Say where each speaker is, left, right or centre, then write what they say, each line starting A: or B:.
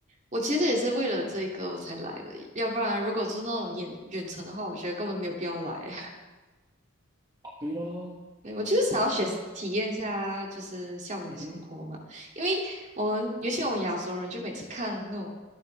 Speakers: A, on the right; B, on the right.
A: 我其实也是为了这个我才来的，要不然如果是那种远远程的话，我觉得根本没有必要来。
B: 哦对咯，
A: 对，我就是想要学体验一下，
B: 就是，
A: 就是校园生活嘛，
B: 嗯哼，
A: 因为我们尤其我们亚洲人，就每次看那种